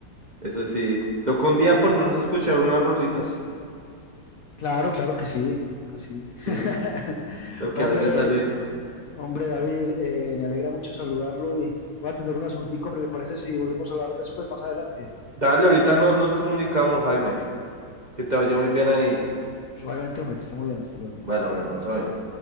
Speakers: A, on the right (about 30°); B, on the left (about 60°).
A: Eso sí. Toca un día ponernos a escuchar unas rolitas.
B: Claro, claro que sí, toca sí.
A: Sí,
B: <laughs>
A: lo que
B: Hombre,
A: vaya saliendo.
B: hombre, David, eh, me alegra mucho saludarlo y voy a atender un asuntico, hombre, ¿le parece si volvemos a hablar después, más adelante?
A: Dale, ahorita no, nos comunicamos, Jaime. Que te vaya muy bien ahí.
B: Igualmente, hombre, que esté muy bien, hasta luego.
A: Bueno, mi hermano, todo bien.